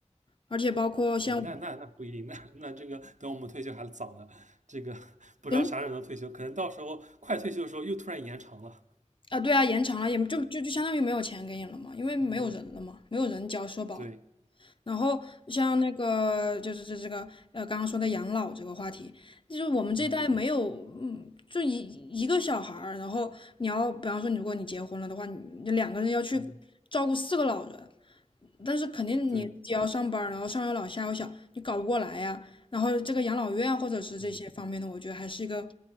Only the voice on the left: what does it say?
而且包括像我
人
啊，对啊，延长了也就就就相当于没有钱给你了嘛，因为没有人了嘛，
没有人交社保了。
然后像那个就是这这个呃刚刚说的养老这个话题，就是我们这一代没有嗯，
就一一个小孩儿，然后你要比方说你如果你结婚了的话，你你两个人要去照顾四个老人，
但是肯定你自己要上班儿然后上有老下有小，
你搞不过来呀。然后这个养老院或者是这些方面的，
我觉得还是一个，